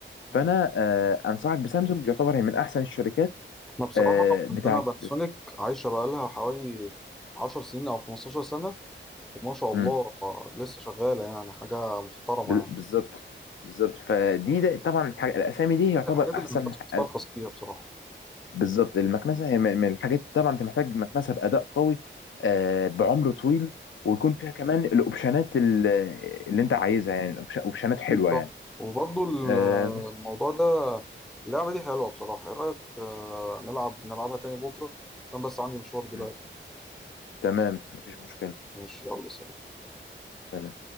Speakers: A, in the centre; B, on the left (about 75°).
A: مم.
B: فانا آه انصحك بسامسونج يعتبر هي من احسن الشركات
A: احنا بصراحه
B: آه بتاعت
A: عندنا باناسونيك عايشه بقى لها حوالي 10 سنين او 15 سنه وما شاء الله
B: مم،
A: آه، لسه شغاله يعني حاجه محترمه
B: ب-
A: يعني
B: بالظبط بالظبط فدي ده طبعا الح- الاسامي دي
A: دي
B: يعتبر
A: من الحاجات
B: احسن
A: اللي ما ينفعش تسترخص
B: آه،
A: فيها بصراحه
B: بالظبط المكنسه هي من من الحاجات طبعا انت محتاج مكنسه باداء قوي آه، بعمر طويل ويكون فيها كمان الاوبشنات ال- اللي انت عايزها يعني الأوبش- اوبشنات حلوه
A: اكيد طبعا
B: يعني
A: وبرضو ال-
B: آه،
A: آه،
B: بس
A: الموضوع ده اللعبه دي حلوه بصراحه ايه رايك آه، نلعب نلعبها تاني بكره عشان بس عندي مشوار دلوقتي
B: م. تمام مفيش مشكله
A: ماشي يلا سلام
B: سلام